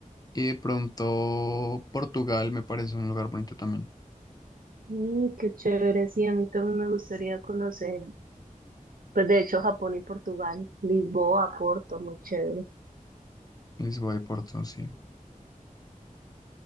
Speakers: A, on the left (about 25°); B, on the right (about 80°).
A: y de pronto Portugal, me parece un lugar bonito también.
B: Mm, qué chévere, sí, a mí también me gustaría conocer. Pues de hecho, Japón y Portugal, Lisboa, Porto, muy chévere.
A: Lisboa y Porto, sí.